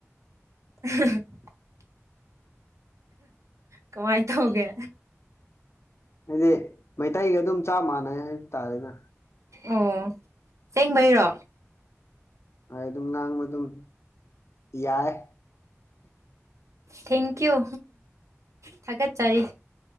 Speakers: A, on the right; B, on the left.
A: <unintelligible> ꯀꯃꯥꯏꯅ ꯇꯧꯒꯦ
B: ꯍꯥꯏꯗꯤ ꯃꯩꯇꯩꯒ ꯑꯗꯨꯝ ꯆꯞ ꯃꯥꯟꯅꯩ ꯍꯥꯏꯕ ꯇꯥꯔꯦꯅꯦ
A: ꯑꯣ ꯁꯦꯡꯕꯩꯔꯣ
B: ꯍꯣꯏ ꯑꯗꯨꯝ ꯉꯥꯡꯕ ꯑꯗꯨꯝ ꯌꯥꯏ
A: ꯊꯦꯡꯀꯤ꯭ꯌꯨ ꯊꯀꯦꯠꯆꯔꯤ